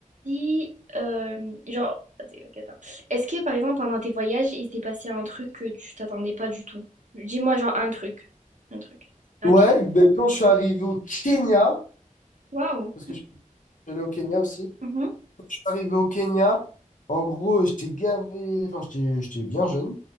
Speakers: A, on the right; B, on the left.
A: si, euh, genre, attends, ok, attends. Est-ce que par exemple pendant tes voyages, il s'est passé un truc que tu t'attendais pas du tout? Dis-moi genre un truc, un truc rapide.
B: Ouais, ben, quand je suis arrivé au Kenya,
A: Waouh.
B: parce que je suis allé au Kenya aussi,
A: Ok. Mhm.
B: arrivé au Kenya, en gros, euh, j'étais gavé, enfin, j'étais j'étais bien jeune.